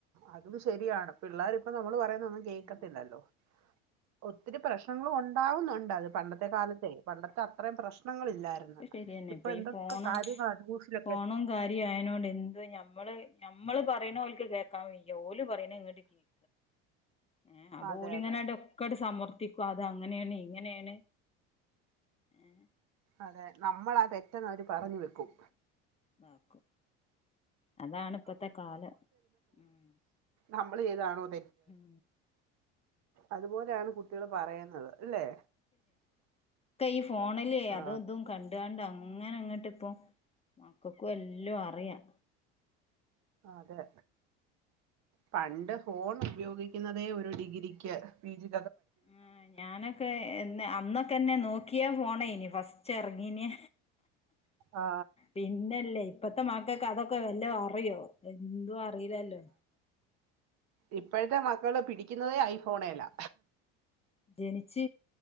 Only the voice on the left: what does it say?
ഉം
ആഹ് അത് ശരിയന്നെ
ഇപ്പ
ഈ ഫോണും
ഫോണും കാര്യം ആയതിനോട് എന്ത് ഞമ്മള് ഞമ്മള് പറയണ ഓല്ക്ക് കേൾക്കാൻ വയ്യ ഓല് പറയണ ഇങ്ങട്ട് കേക്ക ഏ അപ്പ
ഓലിങ്ങനെ
ഒക്കൊയിട്ട് സമർ എത്തിക്ക അത് അങ്ങനെയാണ് ഇങ്ങനെയാണ് ഏഹ്
നാക്കും അതാണ് ഇപ്പത്തെ കാലം ഉം
ഹും
തെയ്ഫ് ഫോണിലേ
അതും ഇതും കണ്ടാണ്ട് അങ്ങനെ അങ്ങോട്ട് ഇപ്പൊ കൊക്കെ എല്ലാം അറിയാം
ആ ഞാനൊക്കെ അന്നൊക്കെന്നെ നോക്കിയാ ഫോൺആരുന്നു ഫസ്റ്റ് ചെറങ്ങീനെ
പിന്നല്ലേ ഇപ്പഴത്തെ മക്കൾക്ക് അതൊക്കെ വല്ലോം അറിയോ എന്തുവാ അയിലല്ലോ
ജനിച്ചു